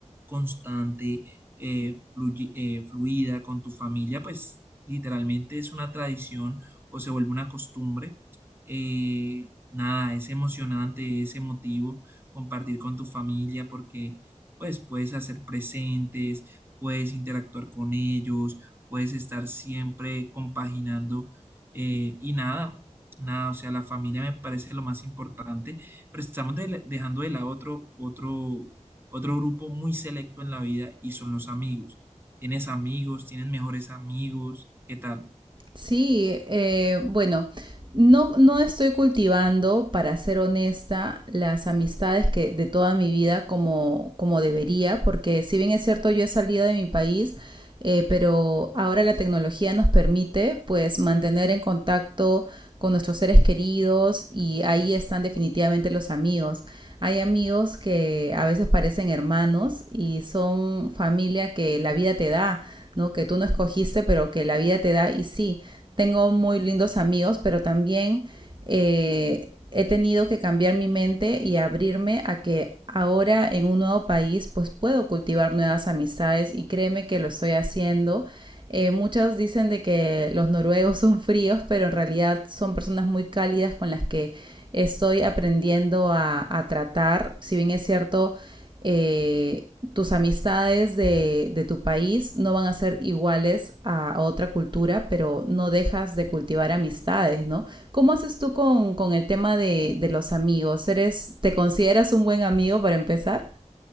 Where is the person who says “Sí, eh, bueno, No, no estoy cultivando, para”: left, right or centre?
Right